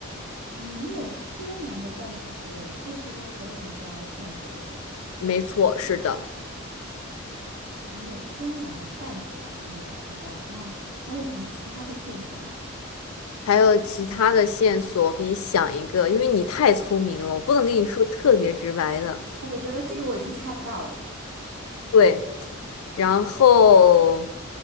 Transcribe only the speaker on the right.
没有天然的淡水资源，这是一个非常重要的线索，我觉得。
没有天然的淡水资源。好的，那还有什么其他的线索吗？
我觉得这个我已经猜不到了。